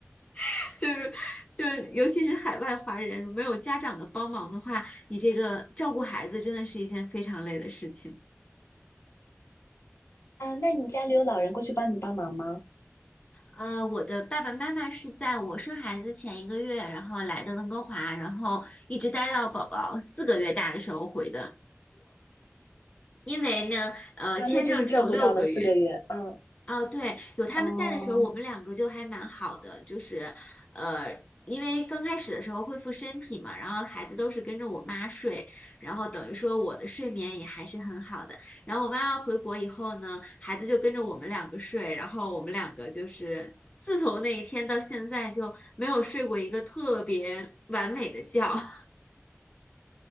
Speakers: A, on the left; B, on the left.
A: <laughs> 就是就是，尤其是海外华人，没有家长的帮忙的话，你这个照顾孩子真的是一件非常累的事情。
B: 啊。那你家里有老人过去帮你帮忙吗？
A: 呃，我的爸爸妈妈是在我生孩子前一个月，然后来的温哥华，然后一直待到宝宝四个月大的时候回的。因为呢，呃，
B: 啊，
A: 签证只有六个月，
B: 那就是照顾到了四个月，嗯，
A: 哦，对，有他们在的时候，
B: 哦，
A: 我们两个就还蛮好的，就是，呃，因为刚开始的时候恢复身体嘛，然后孩子都是跟着我妈睡，然后等于说我的睡眠也还是很好的。然后我妈妈回国以后呢，孩子就跟着我们两个睡，然后我们两个就是自从那一天到现在就没有睡过一个特别完美的觉。<laughs>